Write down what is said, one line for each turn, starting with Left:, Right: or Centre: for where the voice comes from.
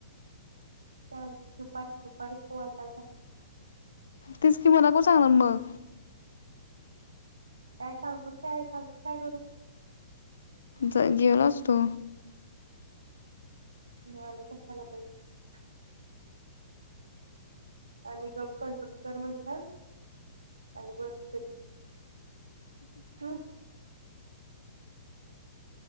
Right: त्या दुपारी दुपारी पोवा चालत.
Left: तेच की मला को सांगणार मग,
Right: काय सांगून काय सांगून काय गरू
Left: ज जेवलास तू,
Right: वालक सला <unintelligible> आणि गप कंट्रोल कर म्हटलं, आणि बररी हम